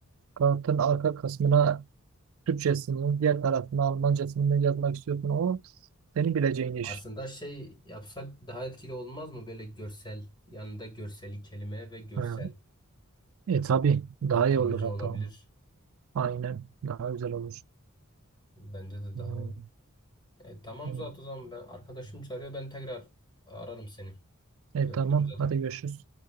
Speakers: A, on the right; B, on the left.
A: kartın arka kısmına Türkçesini, diğer tarafına Almancasını mı yazmak istiyorsun? O senin bileceğin iş.
B: Aslında şey yapsak daha etkili olmaz mı? Böyle görsel, yanında görseli kelime ve görsel
A: He. E tabii daha
B: daha kalıcı
A: iyi olur hatta.
B: olabilir.
A: Aynen daha güzel olur.
B: Bence de
A: Hmm,
B: daha olur. E, tamam
A: aynen.
B: Zuhat o zaman ben arkadaşım çağırıyor ben tekrar ararım seni.
A: E,
B: Görüşürüz
A: e tamam
B: hadi.
A: hadi görüşürüz.